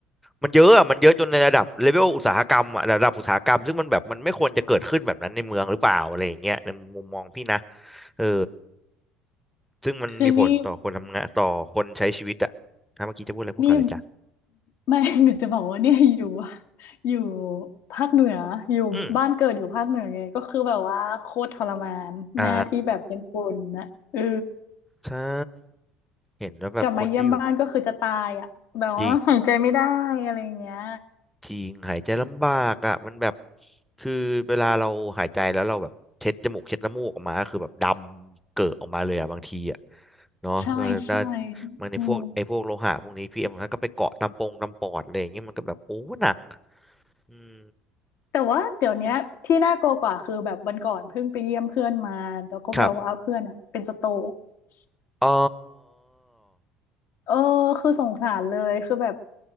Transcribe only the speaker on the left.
คือนี่นี่ไม่ <laughs> หนูจะบอกว่าเนี่ยอยู่อยู่ภาคเหนืออยู่บ้านเกิดอยู่ภาคเหนือไงก็คือแบบว่าโคตรทรมานแม่ที่แบบเป็นคนนะเออ
กลับมาเยี่ยมบ้านก็คือจะตายอ่ะแบบว่าหายใจไม่ได้อะไรอย่างเงี้ย
ใช่ใช่
อืม
แต่ว่าเดี๋ยวเนี้ยที่น่ากลัวกว่าคือแบบวันก่อนเพิ่งไปเยี่ยมเพื่อนมาแล้วก็แบบว่าเพื่อนอะเป็นสโตร
ก
เออคือสงสารเลยคือแบบ